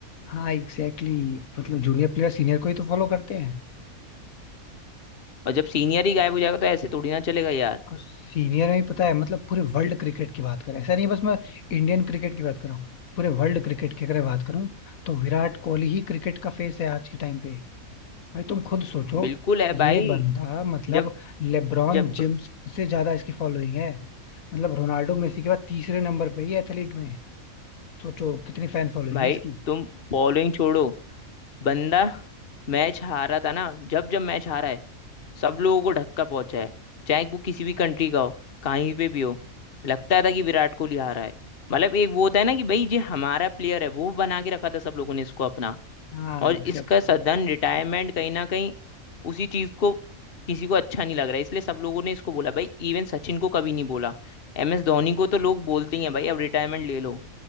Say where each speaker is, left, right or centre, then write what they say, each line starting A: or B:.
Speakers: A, on the left; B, on the left.
A: हाँ एग्जैक्टली exactly, मतलब जूनियर प्लेयर सीनियर को ही तो फॉलो करते हैं
B: और जब सीनियर ही गायब हो जाएगा तो ऐसे थोड़ी ना चलेगा यार
A: और सीनियर में पता है मतलब पूरे वर्ल्ड क्रिकेट की बात करें ऐसा नहीं बस मैं इंडियन क्रिकेट की बात कर रहा हूँ पूरे वर्ल्ड क्रिकेट की अगर बात करूँ तो विराट कोहली ही क्रिकेट का फेस है आज के टाइम पे भाई तुम खुद सोचो
B: बिल्कुल है भाई
A: ये बंदा मतलब
B: जब
A: लेब्रॉन
B: जब
A: जेम्स से ज्यादा इसकी फॉलोइंग है मतलब रोनाल्डो मेसी के बाद तीसरे नंबर पे ही एथलीट में सोचो कितनी फैन फॉलोइंग
B: भाई
A: है इसकी
B: तुम बॉलिंग छोड़ो बंदा मैच हारा था ना जब जब मैच हारा है सब लोगों को धक्का पहुंचा है चाहे वो किसी भी कंट्री का हो कहीं पे भी हो लगता था कि विराट कोहली हारा है मतलब एक वो होता है ना कि भाई ये हमारा प्लेयर है वो बना के रखा था सब लोगों ने इसको अपना
A: हाँ
B: और
A: एग्जैक्टली
B: इसका सदन
A: exactly.
B: रिटायरमेंट कहीं ना कहीं उसी चीज को किसी को अच्छा नहीं लग रहा है इसलिए सब लोगों ने इसको बोला भाई इवन सचिन को कभी नहीं बोला एम एस धोनी को तो लोग बोलते ही हैं भाई अब रिटायरमेंट ले लो